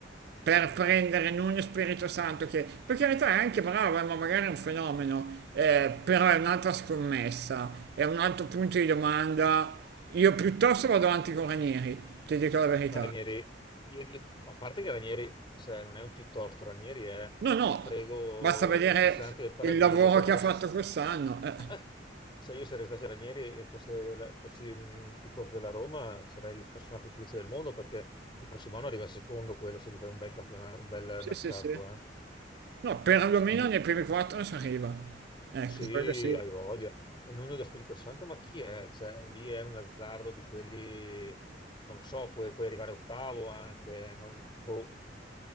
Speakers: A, on the right; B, on the left.
A: per prendere Nuno Spirito Santo, che per carità è anche bravo, eh, ma magari è un fenomeno, eh, però è un'altra scommessa, è un altro punto di domanda. Io piuttosto vado avanti con Ranieri, ti dico la verità.
B: Ma Ranieri, io- io- a parte che Ranieri, cioè, non è un piuttosto, Ranieri è
A: No, no,
B: prego
A: basta vedere
B: tutti i santi del paradiso
A: il lavoro
B: che
A: che
B: resti.
A: ha fatto quest'anno. eh.
B: <laughs> Se io sarei stato Ranieri e fosse la- fossi un tifoso della Roma, sarei la persona più felice del mondo perché il prossimo anno arriva secondo quello se gli fai un bel campionato, un bel
A: Sì,
B: mercato,
A: sì, sì.
B: eh.
A: No, perlomeno
B: E
A: nei primi quattro si arriva. Ecco,
B: Sì,
A: quello sì.
B: hai voglia. È Il nonno dello Spirito Santo, ma chi è? Cioè, lì è un azzardo di quelli, non lo so, puoi, puoi arrivare ottavo anche. non- boh.